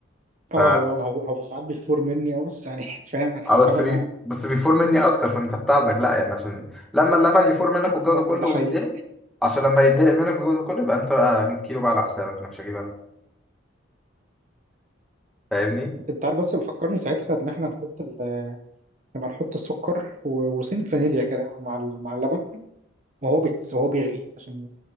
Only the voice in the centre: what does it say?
ف
اه بس بي... بس بيفور مني اكتر فانت بتاعتك لا يعني عشان لما اللبن يفور منك
والجو ده كله
ويتدلق عشان لما يتدلق منك والجو ده كله يبقى انت بقى جيب كيلو بقى على حسابك انا مش هجيب انا فاهمني